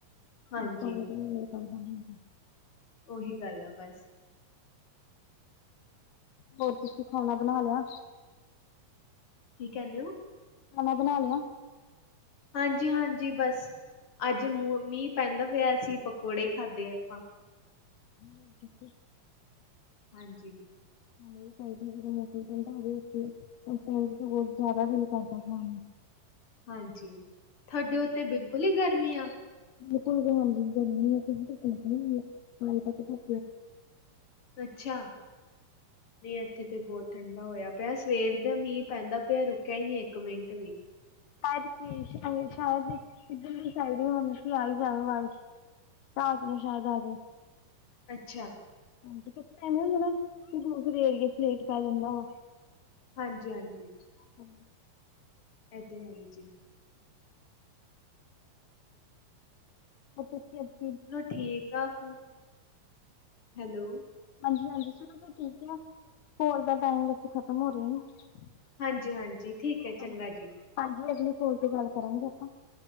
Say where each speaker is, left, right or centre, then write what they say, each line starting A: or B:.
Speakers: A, on the left; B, on the left.
A: ਹਾਂਜੀ
B: <unintelligible>
A: ਉਹੀ ਗੱਲ ਆ ਬਸ
B: ਹੋਰ ਤੁਸੀਂ ਖਾਣਾ ਬਣਾ ਲਿਆ
A: ਕੀ ਕਹਿੰਦੇ ਹੋ
B: ਖਾਣਾ ਬਣਾ ਲਿਆ
A: ਹਾਂਜੀ ਹਾਂਜੀ ਬਸ ਅੱਜ ਮ ਮੀਂਹ ਪੈਂਦਾ ਹੋਇਆ ਸੀ ਪਕੌੜੇ ਖਾਧੇ ਆਪਾਂ
B: ਗੱਲ ਕੀਤੀ
A: ਹਾਂਜੀ
B: ਹ ਵੀ ਚਾਹੀ ਜਦੋਂ ਮੌਸਮ ਤੇਿੰਡਵੇਥੇ ਉਸ ਟਾਈਮ ਸ ਜ਼ਿਆਦਾ ਦਿਲ ਕਰਦਾ ਖਾ
A: ਹਾਂਜੀ ਤੁਹਾਡੇ ਉੱਤੇ ਬਿਲਕੁਲ ਹੀ ਗਰਮੀ ਆ
B: ਬਿਲਕੁਲ ਹਾਂਜੀ ਗਰਮੀ <unintelligible> ਗੱਲਮੀ ਆ ਆ ਹਾਂ,
A: ਅ ਅੱਛਾ ਨਹੀਂ ਇੱਥੇ ਤੇ ਬਹੁਤ ਠੰਡਾ ਹੋਇਆ ਪਿਆ ਸਵੇਰ ਦਾ ਮੀਂਹ ਪੈਂਦਾ ਪਿਆ ਰੁਕਿਆ ਹੀ ਨਹੀਂ ਇੱਕ ਮਿੰਟ ਵੀ
B: ਸ਼ਾਇਦ ਕੀ ਸ਼ਾਇਦ ਇੱਧਰ ਦੀ ਸਾਈਡ ਹੀ ਹਮ ਕਿ ਆਈ ਜਾਵੇ ਵ ਰਾਤ ਨੂੰ ਸ਼ਾਇਦ ਆਜੇ
A: ਅੱਛਾ,
B: ਹਾਂਜੀ <unintelligible> ਤੁ ਟਵੇਂ ਹੁੰਦੇ ਨਾ ਵੀ ਦੂਸਰੇ ਏਰੀਏ ਚ ਲੇਟ ਪੈ ਜਾਂਦਾ ਵਾ
A: ਹਾਂਜੀ ਹਾਂਜੀ,
B: ਹੂੰ,
A: ਇ ਤੇ ਹੈ ਹੀ ਜੀ,
B: ਉਹ ਕੁ <unintelligible>
A: ਚਲੋ ਠੀਕ ਆ ਫੇਰ ਹੈਲੋ,
B: ਹਾਂਜੀ ਹਾਂਜੀ ਚਲੋ ਫ ਠੀਕ ਆ ਕੋਲ ਦਾ ਟਾਈਮਥੇ ਖਤਮ ਹੋ ਰਹੇ ਨੇ
A: ਹਾਂਜੀ ਹਾਂਜੀ ਠੀਕ, ਹੈ ਚੰਗਾ
B: ਹਾਂਜੀ
A: ਜੀ
B: ਹਾਂਜੀ ਅਗਲੀ ਕੋਲ ਤੇ ਗੱਲ ਕਰਾਂਗੇ ਆਪਾਂ।